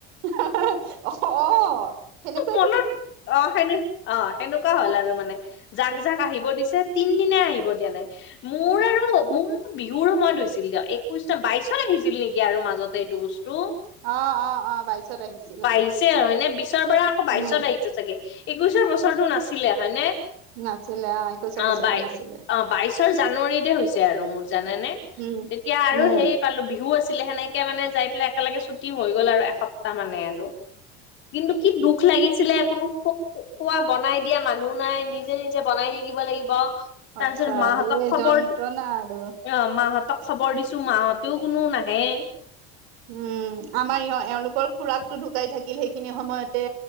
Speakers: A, on the right; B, on the left.
A: হাঃ হাঃ অ সেনেক-
B: মনত অ সেনে অ সেনেকুৱা হ'ল আৰু মানে জাক জাক আহিব দিছে তিন দিনে আহিব দিয়া নাই মোৰ আৰু মো- বিহুৰ সময়ত হৈছিল দিয়া। একৈশটা বাইশত আহিছিল নেকি আৰু মাজতে এই বস্তু? ৰো
A: অ অ অ বাইশত আহিছিল
B: পাইছে
A: অ
B: আৰু এনে বিশ- পৰা আকৌ বাইচত
A: উম
B: আহিছে চাগে একৈশৰ বছৰো নাছিলে হয়নে।
A: নাছিলে একৈশৰ
B: অ
A: বছৰটো
B: বাই
A: নাছিলে
B: অ বাইশৰ জানুৱাৰীতে হৈছে আৰু মোৰ জানানে‌।
A: উম
B: তেতিয়া আৰু
A: উম
B: সেই পালো বিহু আছ- ছিলে সেনেকে মানে যাই পেলাই একেলগে ছুটি হৈ গ'ল আৰু এসপ্তাহ মানে আৰু। কিন্তু কি দুখ লাগিছিলে‌‌ কোনো খো-খোৱা বনাই দিয়া মানুহ নাই, নিজে-নিজে বনাই থাকিব লাগিব।
A: সঁচা
B: তাৰছত মাহতক
A: দেই
B: খবৰ,
A: যন্ত্ৰণা আৰু
B: অ' মাহতক খবৰ দিছো মাহতেও কোনো নাহেয়ে।
A: উম, আমাৰ ইহঁত এওঁলোকৰ খুৰাকটো ঢুকাই থাকিল সেইখিনি সময়তে